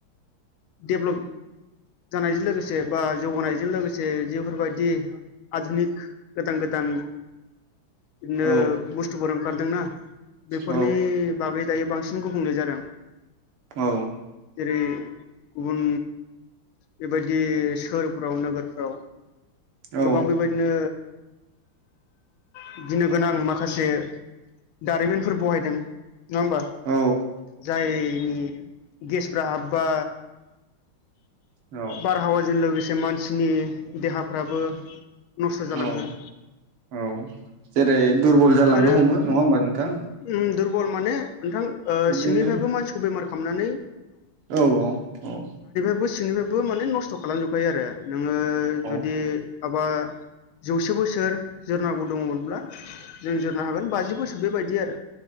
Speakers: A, on the left (about 75°); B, on the right (about 85°).
A: देभ्लप जानायजों लोगोसे बा जौगानायजों लोगोसे जिफोरबायदि आधुनिक गोदान गो दान बिदिनो
B: औ
A: बुस्थुफोर ओंखारदोंना बेफोरनि
B: औ
A: बागै दायो बांसिन गुबुंले जादों
B: औ
A: जेरै गुबुन बेबायदि सोहोरफ्राव नोगोरफ्राव
B: औ
A: गोबां बेबायदिनो <unintelligible> गिनो गोनां माखासे दारिमिनफोर बहायदों। नङा होमबा
B: औ
A: जायनि गेसफ्रा हाबबा
B: औ
A: बारहावाजों लोगोसे मानसिनि देहाफ्राबो नस्थ'
B: औ
A: जालाङो।
B: औ जेरै दुरबल जालांनो
A: आरो
B: हमो नङा होमबा नोंथां।
A: उम दुरबल माने नोंथां ओ
B: बिदिनो
A: सिंनिफ्रायबो मानसिखौ बेमार खामनानै
B: औ औ औ
A: बो सिंनिफायबो माने नस्थ' खालामजोबखायो आरो नोङो
B: औ
A: जुदि माबा जौसे बोसोर जोरनांगौ दङोमोनब्ला जों जोरनो हागोन बाजि बोसोर बेबायदि आरो